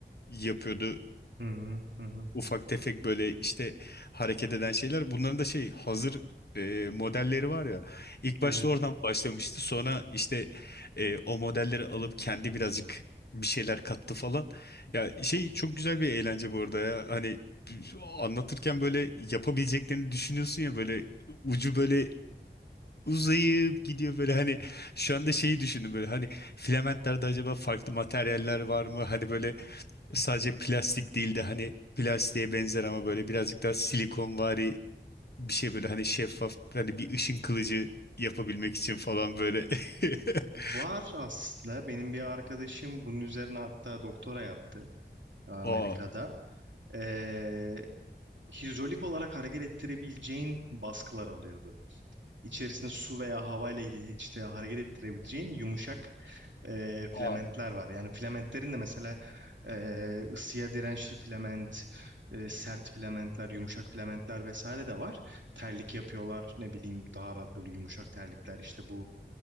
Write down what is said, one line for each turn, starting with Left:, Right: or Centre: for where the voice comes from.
Left: yapıyordu
Right: Hı hı hı. hı.
Left: ufak tefek böyle işte hareket eden şeyler. Bunların da şey hazır e, modelleri var ya. İlk
Right: Evet.
Left: başta oradan başlamıştı. Sonra işte e, o modelleri alıp kendi birazcık bir şeyler kattı falan. Ya şey çok güzel bir eğlence bu arada ya. Hani anlatırken böyle yapabileceklerini düşünüyorsun ya böyle ucu böyle uzayıp gidiyor böyle hani şu anda şeyi düşündüm böyle hani filamentlerde acaba farklı materyaller var mı? Hani böyle sadece plastik değil de hani plastiğe benzer ama böyle birazcık daha silikonvari bir şey böyle hani şeffaf hani bir ışın kılıcı yapabilmek için falan böyle. <laughs>
Right: Var aslında benim bir arkadaşım bunun üzerine hatta doktora yaptı Amerika'da.
Left: Aa,
Right: Ee, hidrolik olarak hareket ettirebileceğin baskılar alıyordu. İçerisinde su veya havayla hi- işte hareket ettirebileceğin yumuşak e,
Left: Aa.
Right: filamentler var. Yani filamentlerin de mesela e, ısıya dirençli filament, e, sert filamentler, yumuşak filamentler vesaire de var. Terlik yapıyorlar, ne bileyim daha rahat böyle yumuşak terlikler işte bu